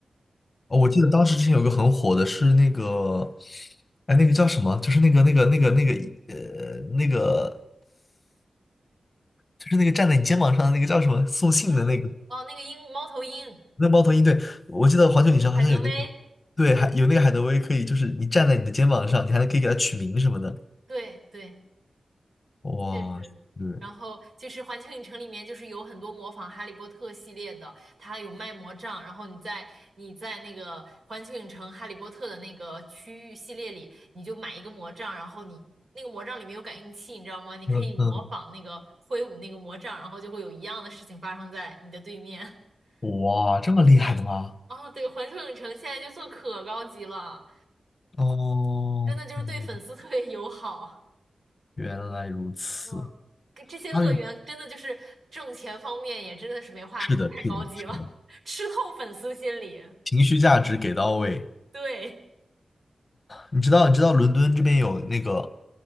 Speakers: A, on the left (about 35°); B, on the right (about 60°).
A: 哦，我记得当时之前有个很火的是那个，哎，那个叫什么？就是那个那个那个那个呃那个，就是那个站在你肩膀上的那个叫什么送信的那个
B: 鹦鹉，哦，那个鹦鹉猫头鹰，
A: 那猫头鹰。对，我记得环球影城好像有那个，
B: 海德薇，
A: 对，还有那个海德薇可以，就是你站在你的肩膀上，你还能可以给它取名什么的。
B: 对对，
A: 哇，
B: 确实，
A: 是，
B: 然后就是环球影城里面就是有很多模仿《哈利波特》系列的，它有卖魔杖，然后你在你在那个环球影城《哈利波特》的那个区域系列里，你就买一个魔杖，然后你那个魔杖里面有感应器，你知道吗？你可以模仿那个挥舞那个魔杖，
A: 嗯嗯，
B: 然后就会有一样的事情发生在你的对面。<laughs>
A: 哇，这么厉害的吗？
B: 哦，对，环球影城现在就做可高级了，
A: 哦，
B: 真的就是对粉丝特别友好。
A: 嗯原来如此。
B: 嗯，跟这些乐园真的就是挣钱方面也真的是没话说，
A: 它是的，
B: 太高级了，
A: 是的，是的，
B: <laughs> 吃透粉丝心理。
A: 情绪价值给到位。
B: 对，
A: 你知道，你知道伦敦这边有那个